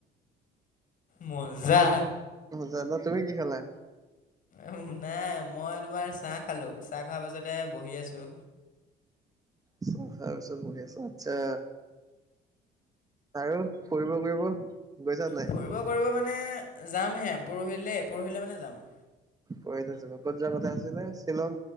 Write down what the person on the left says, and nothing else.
মজা।
উ, নাই। মই তোমাৰ চাহ খালো। চাহ খোৱা পাছতে বহি আছো।
ফুৰিব কৰিব মানে যাম হে। পৰহিলে, পৰহিলে মানে যাম।